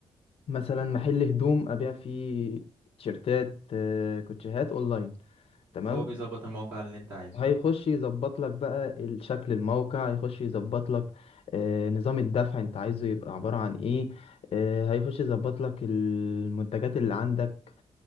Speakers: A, on the left; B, on the right.
A: مثلا محل هدوم ابيع فيه تيشيرتات آه، كوتشيهات اونلاين تمام
B: فهو بيظبط الموقع اللي انت عايزه
A: هيخش
B: يعني
A: يظبط لك بقى الشكل الموقع هيخش يظبط لك آه، نظام الدفع انت عايزه يبقى عبارة عن ايه آه، هيخش يظبط لك المنتجات اللي عندك